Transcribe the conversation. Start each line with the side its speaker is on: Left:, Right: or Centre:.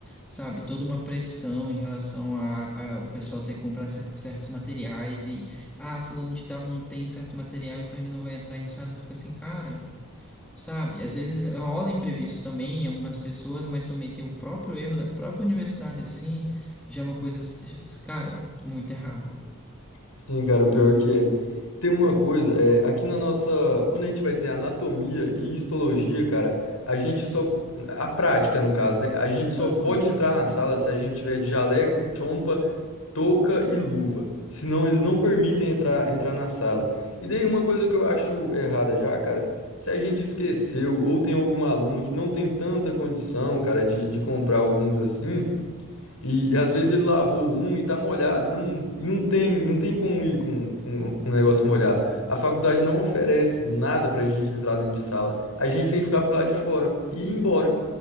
Centre: sabe? Toda uma pressão em relação a, a o pessoal ter que comprar cer- certos materiais ah, fulano de tal não tem certo material, então ele não vai entrar em sala, fica assim, cara, sabe? Às vezes rola imprevisto também em algumas pessoas, mas também tem o próprio erro da própria universidade, assim, já é uma coisa, s- cara, muito errada.
Left: Sim, cara, o pior
Centre: Muito.
Left: que é. Tem uma coisa, é, aqui na nossa. Quando a gente vai ter anatomia e histologia, cara, a gente só. A prática, no caso, né? A gente só
Centre: Aham.
Left: pode entrar na sala se a gente tiver de jaleco, chompa, touca e luva. Senão eles não permitem entrar, entrar na sala. E daí uma coisa que eu acho errada já, cara, se a gente esqueceu ou tem algum aluno que não tem tanta condição, cara, de, de comprar alguns assim. E, e às vezes ele lavou um e tá molhado, não, e não tem, não tem como ir com, com, com um negócio molhado. A faculdade não oferece nada pra gente entrar dentro de sala. A gente tem que ficar pro lado de fora e ir embora.